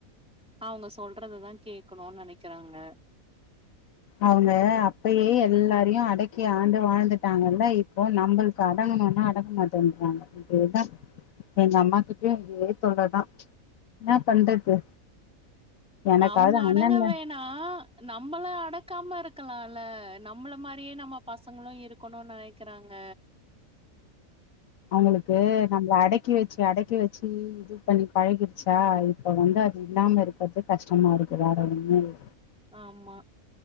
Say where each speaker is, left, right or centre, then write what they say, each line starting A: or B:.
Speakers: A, in the centre; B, on the left.
A: அவங்க சொல்றதுதா கேக்கணு நெனைக் கெறாங்க
B: அவுங்க அப்பையே எல்லாரையோ அடக்கி ஆண்டு வாழ்ந்துட்டாங்கல்ல இப்போ நம்மளுக்கு அடங்கணும்னா அடங்க மாட்டேன்றாங்க அப்படியேதா எங்க அம்மாக்கிட்ட இதே தொல்ல தா என்ன பண்றது எனக்காவது
A: அவுங்க அடங்க
B: அண்ணங்க
A: வேணா நம்மள அடக்காம இருக்க கக்கலாம்ல்ல நம்மள மாரியே நம்ம பசங்களு இருக்கணோ நெனக்கிறாங்க
B: அவுங்களுக்கு நம்மள அடக்கி வெச்சு அடக்கி வெச்சு சி இது பண்ணி பழகிடுச்சா இப்ப வந்து அது இல்லாம இருக்கறது கஷ்டமா இருக்கு வேற ஒண்ணோ இல்ல
A: ஆமா